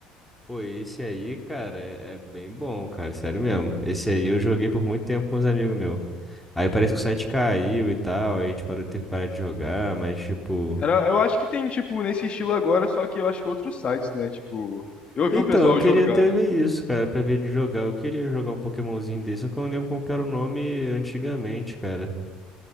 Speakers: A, in the centre; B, on the left.
A: Pô, esse aí, cara, é, é bem bom, cara, sério mesmo. Esse aí eu joguei por muito tempo com uns amigos meus. Aí parece que o site caiu e tal, aí a gente parou, teve que parar de jogar, mas tipo.
B: Era, eu acho que tem, tipo, nesse estilo agora, só que eu acho que outros sites, né? Tipo, eu vi
A: Então,
B: um pessoal
A: eu queria
B: jogando.
A: até ver isso, cara, pra ver de jogar. Eu queria jogar um Pokémonzinho desse, só que eu não lembro como que era o nome antigamente, cara.